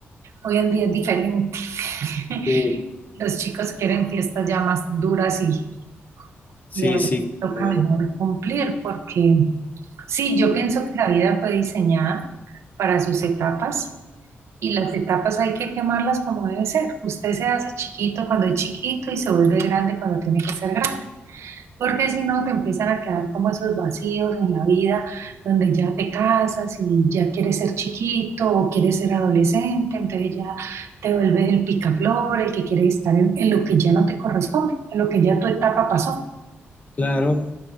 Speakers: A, on the right; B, on the left.
A: hoy en día es diferente. <laughs>
B: Sí,
A: Los chicos quieren fiestas ya más duras y
B: sí,
A: y a veces
B: sí,
A: toca
B: claro.
A: mejor cumplir, porque sí, yo pienso que la vida fue diseñada para sus etapas y las etapas hay que quemarlas como debe ser. Usted se hace chiquito cuando es chiquito y se vuelve grande cuando tiene que ser grande, porque si no te empiezan a quedar como esos vacíos en la vida donde ya te casas y ya quieres ser chiquito o quieres ser adolescente, entonces ya te vuelves el picaflor, el que quiere estar en, en lo que ya no te corresponde, en lo que ya tu etapa pasó.
B: Claro,